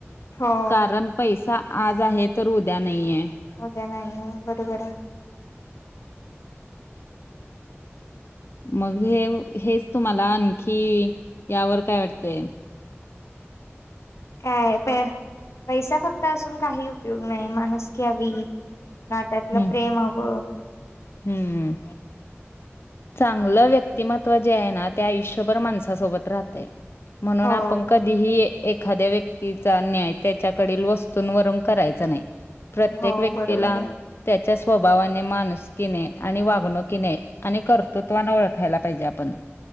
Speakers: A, on the left; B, on the left.
A: हो
B: कारण पैसा आज आहे तर उद्या नाहीये.
A: उद्या नाहीे बरोबर आहे.
B: मग हे हेच तुम्हाला आणखी यावर काय वाटतय.
A: काय प पैसा फक्त असून काही उपयोग नाही माणस क हवी. नात्यातला
B: हम्म.
A: त्यातलं प्रेम हवं.
B: हम्म चांगलं व्यक्तिमत्व जे आहे ना त्या आयुष्यात. माणसासोबत राहतय म्हणून
A: हो
B: ह. कधीही एखाद्या व्यक्तीचा न्याय त्याच्याकडील वस्तूंवरून करायचा नाही. प्रत्येक
A: हो
B: व्यक्तीला
A: बरोबर आहे
B: त्याच्या स्वभावाने माणूस किने आणि वागणूकीने आणि कर्तृत्वाने ओळखायला पाहिजे आपण